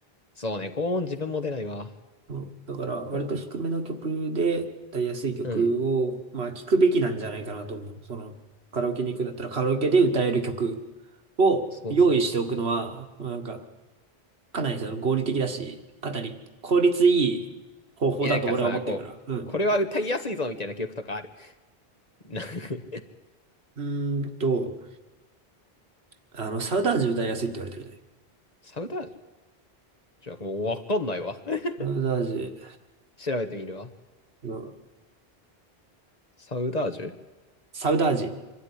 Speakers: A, on the left; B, on the right.
A: そうね、高音自分も出ないわ。
B: そうだから割と低めの曲で、
A: こ
B: 歌いやすい曲を、
A: う、うん。
B: まあ聞くべきなんじゃないかなと思う。その、カラオケに行くんだったらカラオケで歌える曲を用意しておくのは、
A: そうそう。
B: なんか、かなりその合理的だし、かなり効率いい方法だと俺は思ってるから。
A: え、なんかさ、こう、
B: うん。
A: これは歌いやすいぞみたいな曲とかある。な <laughs>
B: うーんと、あの、サウダージ歌いやすいって言われてるじゃない。
A: サウダージュじゃあもうわかんないわ。<laughs>
B: サウダージ、
A: 調べてみるわ。
B: の
A: サウダージュ
B: サウダージ、